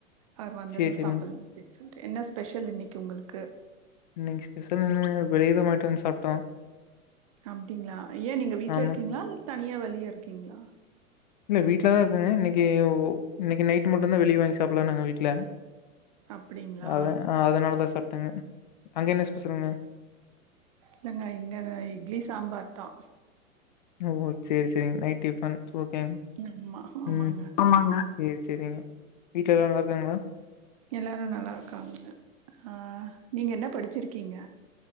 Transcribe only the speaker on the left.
சேரி சேரிங்க
இன்னைக்கி ஸ்பெஷல் என்ன வெளில வாங்கிட்டு வந்து சாப்பிட்டோம்
ஆமா
இல்ல வீட்டில் தா இருக்கங்க இன்னைக்கு இன்னைக்கு நைடட்டு மட்டும்தா வெளியே வாங்கி சாப்பிடலா நாங்க வீட்டில்ல
அத ஆ அதனாலதா சாப்பிட்டேங்க அங்க என்ன ஸ்பெசல்ங்க
ம் ஓ சரி சரி நைட்டு டிஃபன் ஓகேங்க
ம் ஆமாங்க சரி சரிங்க வீட்டல எல்லா நல்லா இருக்காங்களா